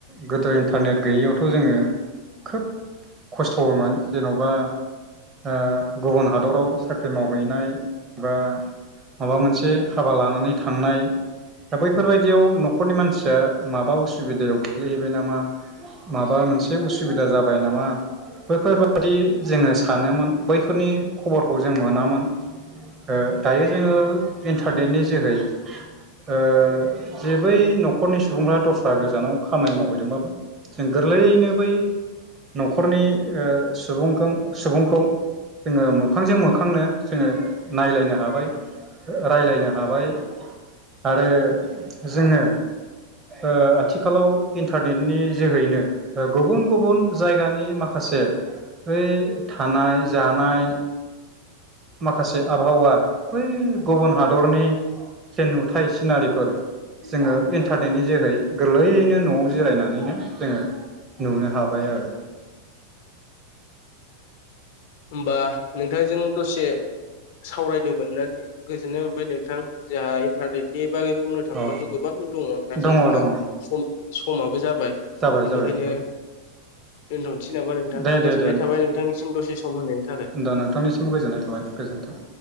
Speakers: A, on the right; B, on the left.
A: गोदो इन्थारनेट गैयैयावथ' जोङो खोब खस्थ'मोन जेनबा ओ गुबुन हादराव साख्रि मावहैनाय बा माबा मोनसे हाबा लानानै थांनाय दा बैफोरबायदियाव न ' ख'रनि मानसिया माबा उसुबिदायाव गोग्लैहैबाय नामा, माबा मोनसे उसुबिदा जाबाय नामा, बैफोरबादि जोङो सानोमोन बैफोरनि खबरखौ जों मोनामोन, ओ दायो जोङो इन्थारनेटनि जोहै ओ जे बै नख'रनि सुबुंफ्रा दस्रा गोजानाव खामानि मावहैदोंबाबो जों गोरलैयैनो बै नख'रनि ओ सुबुंखों सुबुंखौ जोङो मोखांजों मोखांनो जोङो नायलायनो हाबाय, रायलायनो हाबाय आरो जोङो ओ आथिखालाव इन्थारनेटनि जोहैनो ओ गुबुन गुबुन जायगानि माखासे ओइ थानाय, जानाय माखासे आबहावा बै गुबुन हादरनि जे नुथाय सिनारिफोर जोङो इन्टारनेटनि जोहै गोरलैयैनो न'आव जिरायनानैनो जोङो नुनो हाबाय आरो।
B: होमबा नोंथांजों दसे सावरायनो मोननानै गोजोननाय मोनबाय नोंथां जोंहा इन्थारनेटनि बागै बुंनो थांब्लाथ'
A: अ
B: गोबां दङ नाथाय
A: दङ
B: जोंहा
A: दङ
B: सम माबो जा बाय
A: जाबाय
B: बेनिखायनो
A: जाबाय नोंथां
B: दोनथ'नो सै नामा नोंथां
A: दे
B: गोजोननाय
A: दे दे
B: थाबाय नोंथांनिसिम दसे सम होनायनि थाखाय
A: दा नोंथांनिसिम गोजोननाय थाबाय गोजोन्थों।